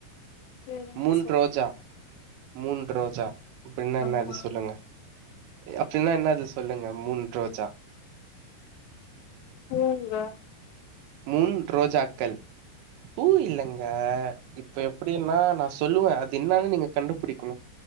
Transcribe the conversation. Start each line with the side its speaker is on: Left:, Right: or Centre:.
Left: சேரிங்க
Right: மூன்
Left: சொல்லுங்க
Right: ரோஜா மூன் ரோஜா அப்படின்னா என்ன
Left: ஆமா
Right: அது சொல்லுங்க அப்படின்னா என்னாது சொல்லுங்க மூன் ரோஜா
Left: போங்க
Right: மூன் ரோஜாக்கள் பூ இல்லங்க இப்ப எப்டின்னா நா சொல்லுவ அது என்னான்னு நீங்க கண்டுபிடிக்கணு